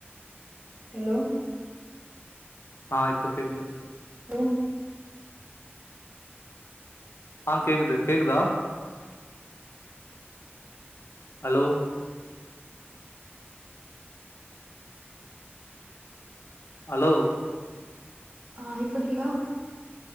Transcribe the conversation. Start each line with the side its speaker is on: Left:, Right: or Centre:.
Right: ஹலோ
Left: ஆ இப்ப கேக்குது
Right: ஹலோ
Left: ஆ கேக்குது கேக்குதா அலோ அலோ
Right: ஆ இப்ப கேக்தா